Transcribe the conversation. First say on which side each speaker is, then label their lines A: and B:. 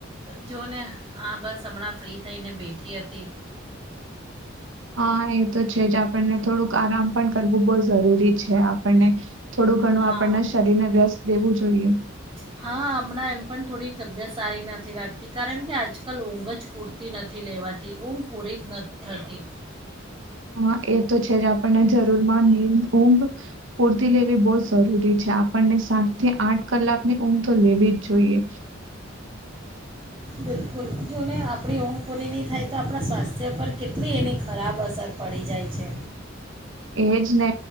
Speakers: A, on the right; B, on the right.
A: જો ને આ બસ હમણાં ફ્રી થઈને બેઠી હતી
B: હા એ તો છે જ આપ આપડને થોડુંક આરામ પણ <unintelligible> જરૂરી છે આપડને થોડું ઘણું
A: હા
B: આપ શરીરને વ્યસ્ત દેવું જોઈએ
A: હા હમણાં એમ પણ થોડી તબિયત સારી નથી રાખતી કારણ કે આજકાલ ઊંઘ જ પૂરતી નથી લેવાતી ઊંઘ પૂરી જ નથીતી
B: હા એ તો છે જ આપણને જરૂરમાં નીદ ઊંઘ પૂરતી લેવી બહુ જ જરૂરી છે આપણને સાત થી આઠ કલાકની ઊંઘ તો લેવી જ જોઈએ
A: બિલકુલ જો ને આપણી ઊંઘપુરી નહી થાય તો આપણા સ્વાસ્થ્ય પર કેટલી એની ખરાબ અસર પડી જાય છે
B: એ જ ને